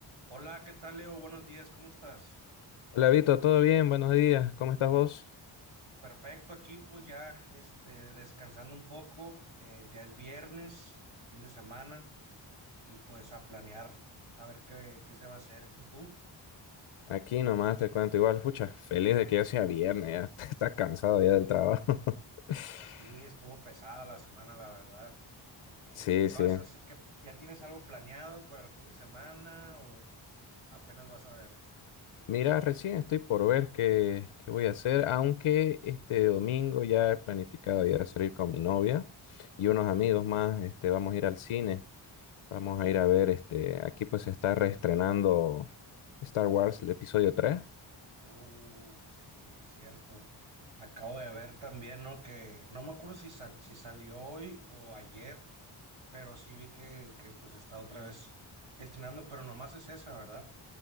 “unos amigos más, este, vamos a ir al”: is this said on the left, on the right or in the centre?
Left